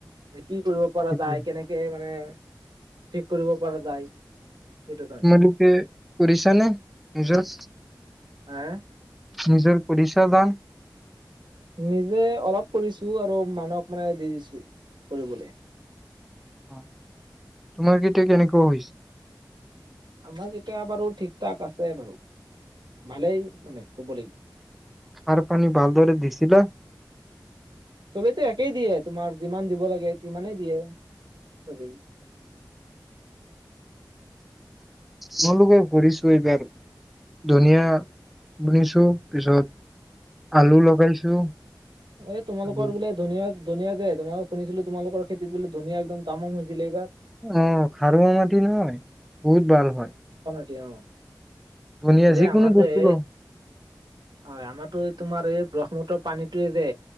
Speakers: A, on the right; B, in the centre.
A: কি কৰিব পৰা
B: সেইটোৱে।
A: যায় কেনেকে মানে ঠিক কৰিব পৰা যায় সেইটো কাৰণে
B: তোমালোকে কৰিছা নে মেচেছ
A: হা
B: নিজৰ উৰিশ্য গান
A: নিজে অলপ কৰিছো আৰু মানুহক মানে দি দিছো কৰিবলৈ
B: অ তোমাৰকেইটা কেনেকুৱা হৈছে
A: আমাৰ যেতিয়া বাৰু ঠিক ঠাক আছে বাৰু ভালেই মানে ক'ব লাগিব
B: সাৰ পানী ভালদৰে দিছিলা
A: চোবে টো একেই দিয়ে তোমাৰ যিমান দিব লাগে সিমানেই দিয়ে ছবি
B: তোমালোকে ঘূৰিছো এইবাৰ ধনিয়া বুনিছো পিছত
A: উম
B: আলু লগাইছো
A: এই তোমালোকৰ
B: আৰু
A: বোলে ধুনীয়া ধনীয়া যে তোমাক শুনিছিলো তোমালোকৰ খেতিত বোলে ধনীয়া একদম তামাম হৈছিলে এইবাৰ
B: অ খাৰুৱা মাটি নহয় বহুত ভাল হয়
A: তেওঁ
B: ধনিয়া
A: এই,
B: যিকোনো
A: আমাৰযে
B: বস্তু
A: এ,
B: ল
A: হয় আমাৰ দৈ তোমাৰ এই ব্ৰহ্মপুত্ৰ পানীতোয়ে যে